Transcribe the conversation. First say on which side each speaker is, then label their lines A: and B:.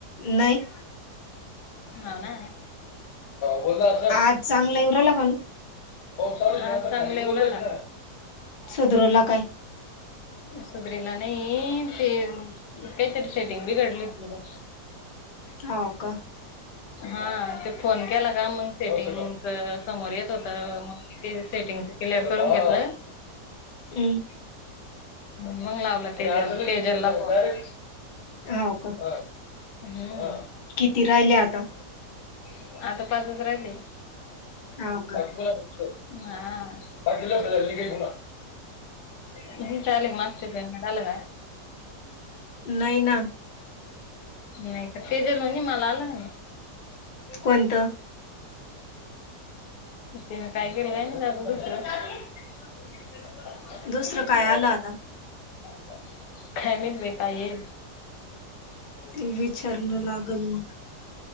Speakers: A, on the left; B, on the left.
A: नाही.
B: हो ना बोलला असल.
A: आज चांगला येऊ राहिला पण
B: <unintelligible>
A: सुधरवला काय
B: सुब्रे ला नाही ते काहीतरी सेटिंग बिघडली होती.
A: हाव का
B: हा ते फोन केला का मग सेटिंगच समोर येत होत मग ते सेटिंगच क्लिअर करून घेतलं.
A: हम्म.
B: मग लावलं तेल तेजल ला फोन.
A: हाव का
B: अ हम्म.
A: किती राहिले आता
B: आता पाचच राहिली.
A: हाव का
B: बाकी कोण आलं होतं का <unintelligible> बाकी ल काहीला. हम्म चालेल मागचे पेमेंट आलं का?
A: नाही ना
B: नाही का ते जे लोणी मला आलं ना.
A: कोणतं
B: तिनं काय केलंय दादा दुसरं हो.
A: दुसरं काय आलं आता
B: <unintelligible>
A: ते विचारलं लागल ना